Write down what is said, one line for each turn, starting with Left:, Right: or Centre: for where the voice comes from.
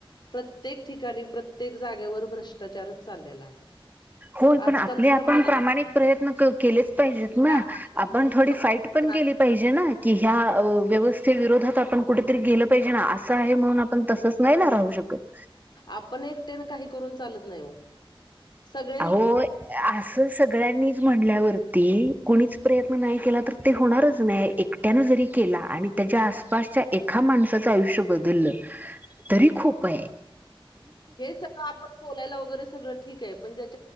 Left: प्रत्येक ठिकाणी प्रत्येक जागेवर भ्रष्टाचारच चाललेला आहे
Right: होय पण
Left: आजकालचा
Right: आपले आपण
Left: जमाना
Right: प्रामाणिक
Left: तसा आहे.
Right: प्रयत्न प्रयत्न क केलीच पाहिजेत ना
Left: प्रामाणिक
Right: आपण
Left: प्रयत्न
Right: थोडी
Left: करून
Right: फाईट पण
Left: ना,
Right: केली पाहिजे ना क ह व्यव- ते विरोधात आपण कुठेतरी गेलं पाहिजे ना असं आहे म्हणून आपण तसंच नाही ना राहू शकत
Left: आपण एकटेन काही करून चालत नाही ओ सगळे
Right: अहो य असं सगळ्यांनी - म्हणल्यावरती कोणीच प्रयत्न नाही केला तर ते होणारच नाही एकट्यान जरी केला आणि त्याच्या आसपासच्या एखा माणसाचं आयुष्य बदललं तरी खूपेय
Left: हे सगळं आपण बोलाला वगैरे - सगळं ठीकय पण ज्या -